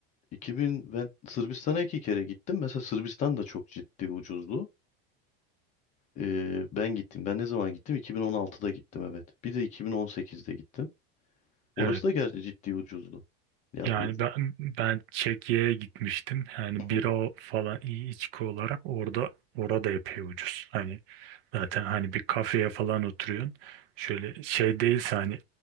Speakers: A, on the left; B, on the right.
A: 2000 ben Sırbistan'a iki kere gittim. Mesela Sırbistan da çok ciddi ucuzdu. Ee, ben gittim. Ben ne zaman gittim? 2016'da gittim evet. Bir de 2018'de gittim. Orası
B: evet.
A: da gerçi ciddi ucuzdu. Ya
B: Yani
A: ucu...
B: ben ben Çekya'ya gitmiştim. Yani
A: Hı
B: bira falan iyi içki olarak orada orada epey ucuz. Hani zaten hani bir kafeye falan oturuyorsun. Şöyle şey değilse hani